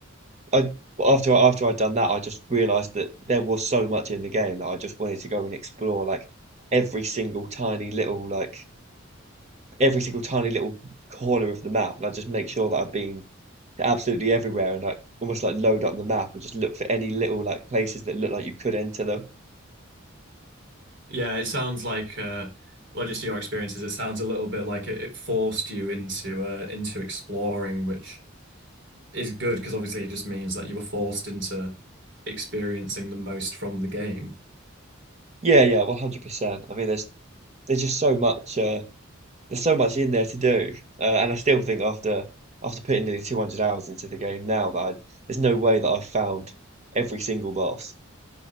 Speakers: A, on the right (about 35°); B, on the right (about 60°).
A: I after after I'd done that I just realized that there was so much in the game that I just wanted to go and explore like every single tiny little like every single tiny little corner of the map and I just make sure that I've been absolutely everywhere and like almost like load up the map and just look for any little like places that look like you could enter them.
B: Yeah, it sounds like uh well just your experiences, it sounds a little bit like it, it forced you into uh into exploring, which is good because obviously it just means that you were forced into experiencing the most from the game.
A: Yeah, yeah, 100%. I mean, there's there's just so much uh there's so much in there to do. Uh, and I still think after after putting nearly 200 hours into the game now that I there's no way that I've found every single boss.